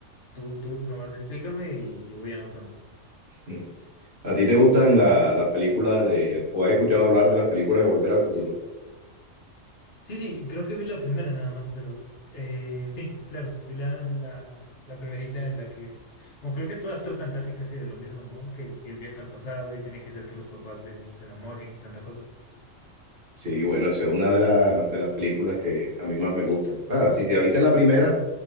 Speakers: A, on the left; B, on the right.
A: Tú, tú nomás explícame y yo voy anotando.
B: <laughs> ¿A ti te gustan la- las películas de, o has escuchado hablar de las películas de Volver al Futuro?
A: Sí, sí, creo que vi la primera nada más, pero eh, sí, claro, vi la, la, la primerita en la que, bueno, creo que todas tratan casi casi de lo mismo, ¿no? Que, que él viaja al pasado y tiene que hacer que los papás se, se enamoren y tanta cosa.
B: Sí, bueno, esa es una de, la- de las películas que a mí más me gusta. Ah, si te viste la primera,